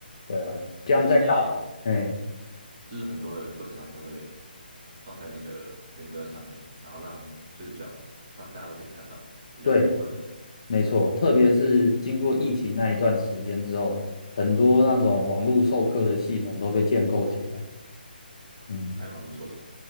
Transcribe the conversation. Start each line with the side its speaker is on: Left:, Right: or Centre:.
Left: 对啊，这样在大，
Right: 而且现在
Left: 哎，
Right: 就是很多的课程，他们都会放在那个云端上面，然后让就是比较让大家都可以看到，比较开放一点，
Left: 对，没错，特别是经过疫情那一段时间之后，很多那种网络授课的系统都被建构起来，嗯，
Right: 还蛮不错的